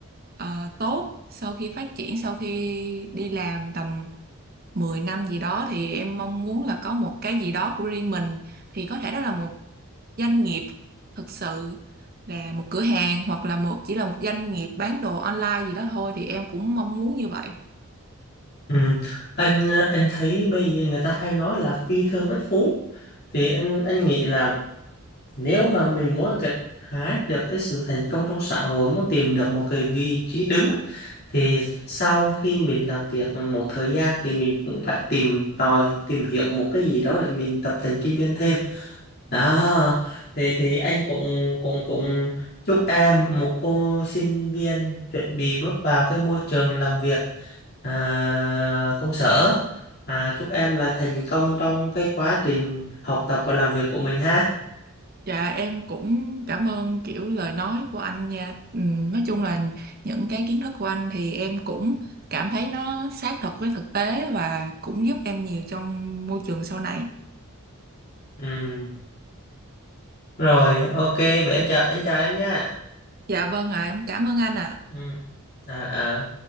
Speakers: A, on the right; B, on the left.
A: ờ, tốt sau khi phát triển, sau khi đi làm tầm 10 năm gì đó thì em mong muốn là có một cái gì đó của riêng mình, thì có thể đó là một doanh nghiệp thực sự, là một cửa hàng hoặc là một chỉ là một doanh nghiệp bán đồ online gì đó thôi, thì em cũng mong muốn như vậy.
B: Ừm, anh, anh thấy bây giờ người ta hay nói là "phi thương bất phú", thì anh anh nghĩ là Nếu mà mình muốn gặt hái được cái sự thành công trong xã hội, muốn tìm được một cái vị trí đứng á, thì sau khi mình làm việc một thời gian thì mình cũng phải tìm tòi, tìm hiểu một cái gì đó để mình tập tành kinh doanh thêm. Đó, thì thì anh cũng cũng cũng chúc em, một cô sinh viên chuẩn bị bước vào cái môi trường làm việc, à, công sở, à, chúc em là thành công trong cái quá trình học tập và làm việc của mình ha.
A: Dạ, em cũng cảm ơn, kiểu, lời nói của anh nha. Ừm, nói chung là những cái kiến thức của anh thì em cũng cảm thấy nó sát thật với thực tế và cũng giúp em nhiều trong môi trường sau này.
B: Ừm. Rồi, ok. vậy em chào anh chào em nha.
A: Dạ, vâng ạ, em cảm ơn anh ạ.
B: Ừ. à, à,